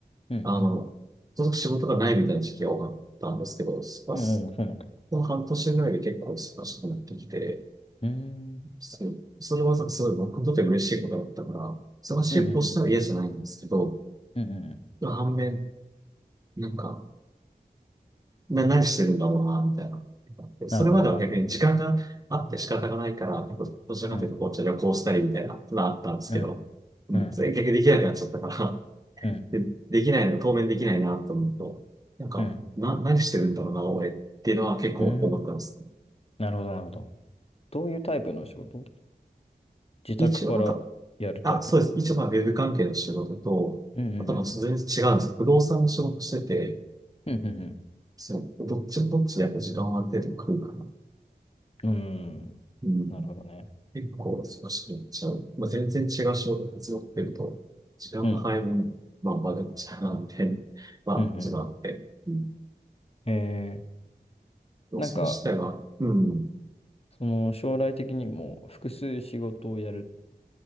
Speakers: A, on the left; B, on the right.
A: うん。
B: あの、とにかく仕事がないみたいな時期が多かったんですけど、まあ、
A: おお、そうなんだ。
B: この半年ぐらいで結構忙しくなってきて、
A: うーん。
B: それそれはすごい僕にとって嬉しいことだったから、忙しいことしたら嫌じゃないんですけど、
A: うん、うん、うん。うん、うんうん。
B: 反面、なんか、な、何してるんだろうな、みたいな。それまでは逆に時間があって仕方がないから、
A: なるほど、なるほど。
B: 結構、どちらかというと、
A: うん、
B: こう、じゃあ旅行したりみたいなのがあったんですけど、
A: うん、
B: うんそれ逆にできなくなっちゃったから、
A: うん、うん、
B: で、できないのが当面できないな、と思うと、なんか、
A: うん。
B: な、何してるんだろうな、俺っていうのは結構思ったんですね。
A: うーん。なるほど、なるほど。どういうタイプの仕事自宅からやるタイプの。
B: 一応なんか、あ、そうです。一応まあ、ウェブ関係の仕事と、
A: うん、
B: あとは全然違うんです。
A: うん、うん。
B: 不動産の仕事してて、
A: うん、う
B: そう、どっちもどっちでやっぱ時間はある程度来るかな。
A: ん、うん。うーん。
B: うん。
A: なるほどね。
B: 結構忙しくなっちゃう。まあ、全然違う仕事が強くてると、時間の配分、
A: うん、
B: まあ、バレちゃうな、みたいな、まあ、
A: うん、うん。
B: 自分あって。
A: う
B: うん。
A: んえ
B: でもそれ自体は、
A: ー、なんか、
B: うん。
A: その将来的にも複数仕事をやるっ